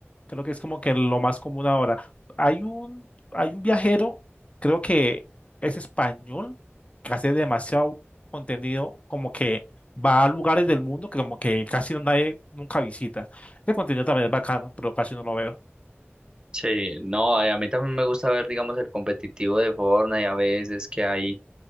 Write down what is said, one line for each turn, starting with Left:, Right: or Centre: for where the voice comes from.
Left: Creo que es como que lo más común ahora. Hay un, hay un viajero, creo que es español, que hace demasiado contenido, como que va a lugares del mundo que como que casi no, nadie nunca visita. Ese contenido también es bacano, pero casi no lo veo.
Right: Sí, no, eh, a mí también me gusta ver, digamos, el competitivo de Fortnite, a veces que hay